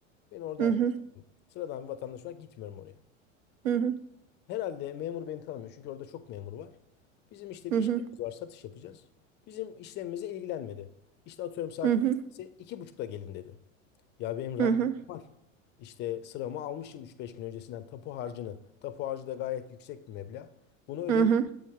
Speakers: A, on the left; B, on the right.
A: Ben orada
B: Hı
A: herkes
B: hı.
A: tanıyor. Sıradan bir vatandaş olarak gitmiyorum oraya.
B: Hı hı.
A: Herhalde memur beni tanımıyor çünkü orada çok memur var. Bizim işte
B: Hı
A: bir işlemimiz
B: hı.
A: var, satış yapacağız. Bizim işlemimize ilgilenmedi. İşte atıyorum saat
B: Hı hı.
A: ise iki buçukta gelin dedi. Ya benim randevum
B: Hı hı.
A: var. İşte sıramı almışım üç beş gün öncesinden tapu harcını. Tapu harcı da gayet yüksek bir meblağ. Bunu ödemiş.
B: Hı hı.